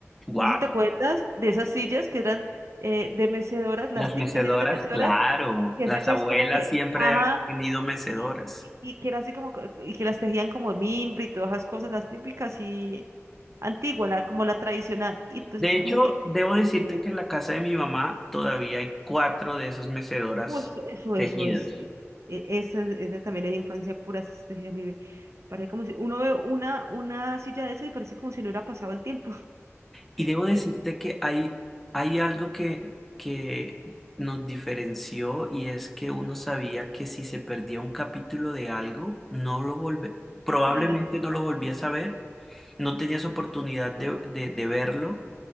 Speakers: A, in the centre; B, on the right (about 70°).
A: wow,
B: No sé si te acuerdas de esas sillas que eran eh, de mecedoras, las
A: las
B: típicas
A: mecedoras,
B: sillas de mecedoras,
A: claro.
B: y
A: Las
B: es hecha
A: abuelas
B: es como que,
A: siempre
B: ajá,
A: han tenido mecedoras.
B: y, y que era así como, que- y que las tejían como de mimbre y todas esas cosas, las típicas y antigua, la, como la tradicional. Y entonces
A: De hecho,
B: como que,
A: debo decirte
B: tiene-
A: que en la casa de mi mamá todavía hay cuatro de esas mecedoras
B: pues, eso, eso
A: tejidas.
B: es, y- e- esa, esa también es infancia pura, esas tejidas, a mí me parece como si, uno ve una, una silla de esas y parece como si no hubiera pasado el tiempo. <laughs>
A: Y debo decirte
B: Eh,
A: que hay, hay algo que, que nos diferenció y es que uno sabía que si se perdía un capítulo de algo, no lo volve, probablemente
B: Ay, la,
A: no lo volvías a ver, no tenías oportunidad de, de, de verlo,